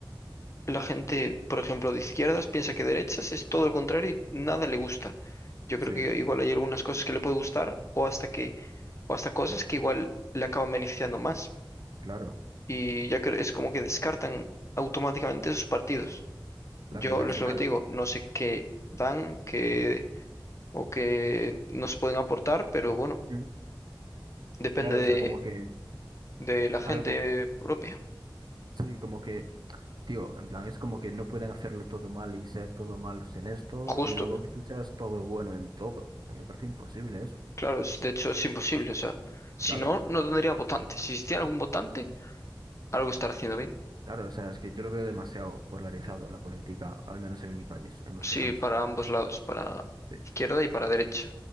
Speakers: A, on the left (about 35°); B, on the right (about 60°).
A: la gente, por ejemplo, de izquierdas piensa que derechas es todo lo contrario y nada le gusta. Yo creo
B: Sí,
A: que igual hay algunas cosas que le puede gustar o hasta que, o hasta cosas que igual le acaban beneficiando más.
B: claro,
A: Y ya que es como que descartan automáticamente esos partidos. Yo
B: claro. Y al
A: es
B: final,
A: lo que te digo, no sé qué dan, qué o qué nos pueden aportar, pero bueno,
B: mm,
A: depende
B: claro,
A: de,
B: o sea, como que
A: de la gente
B: algo,
A: propia.
B: sí, como que Tío, en plan, es como que no pueden hacerlo todo mal y ser todo malos en esto
A: Justo.
B: y luego que tú seas todo bueno en todo. Eh, Me parece imposible eso.
A: Claro, es- de hecho es imposible, o sea, si
B: Claro,
A: no, no tendría votantes. Si existiera algún votante, algo estará haciendo bien.
B: claro, o sea, es que yo lo veo demasiado polarizado la política, al menos en mi país, en nuestro
A: Sí,
B: país.
A: para ambos lados, para
B: Sí.
A: izquierda y para derecha.